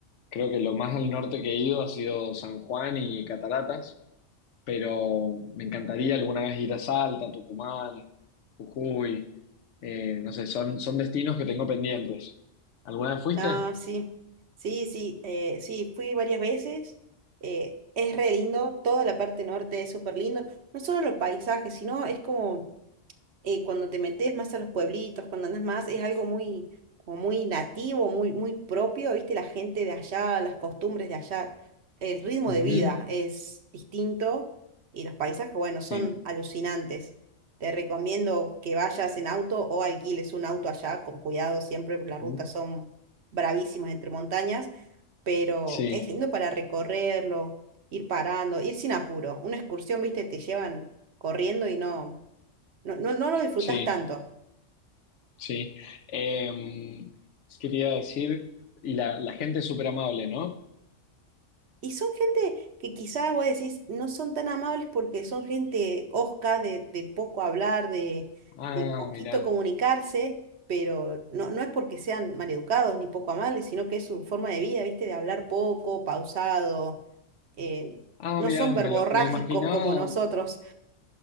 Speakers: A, on the left; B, on the right.
A: Creo que lo más al norte que he ido ha sido San Juan y Cataratas, pero me encantaría alguna vez ir a Salta, Tucumán, Jujuy. Eh, no sé, son, son destinos que tengo pendientes. ¿Alguna vez fuiste?
B: Ah, sí, sí, sí, eh, sí, fui varias veces. eh, es re lindo, toda la parte norte es súper lindo. No solo los paisajes, sino es como eh, cuando te metes más a los pueblitos, cuando andas más, es algo muy, como muy nativo, muy, muy propio, ¿viste? La gente de allá, las costumbres de allá, el ritmo
A: Ujú,
B: de vida es distinto y los paisajes, bueno,
A: Sí.
B: son alucinantes. Te recomiendo que vayas en auto o alquiles un auto allá, con cuidado siempre, porque las
A: Ujú.
B: rutas son bravísimas entre montañas, pero
A: Sí,
B: es lindo para recorrerlo, ir parando, ir sin apuro. Una excursión, ¿viste? Te llevan corriendo y no no, no, no lo disfrutás
A: sí.
B: tanto.
A: Sí. Eh, quería decir, y la, la gente es súper amable, ¿no?
B: Y son gente que quizás vos decís, no son tan amables porque son gente hosca, de, de poco hablar, de,
A: Ah,
B: de poquito
A: mirá.
B: comunicarse, pero no, no es porque sean maleducados ni poco amables, sino que es su forma de vida, ¿viste? De hablar poco, pausado, eh,
A: Ah,
B: no
A: mirá,
B: son
A: me
B: verborrágicos
A: lo, me lo imaginaba.
B: como nosotros.